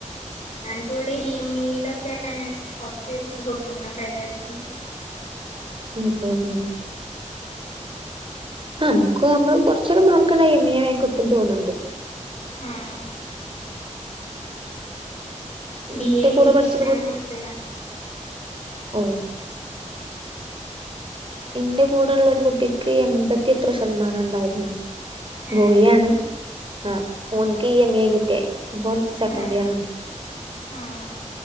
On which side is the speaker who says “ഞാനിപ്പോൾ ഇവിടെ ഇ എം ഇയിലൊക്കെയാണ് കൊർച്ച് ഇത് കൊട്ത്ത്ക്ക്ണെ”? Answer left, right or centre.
Left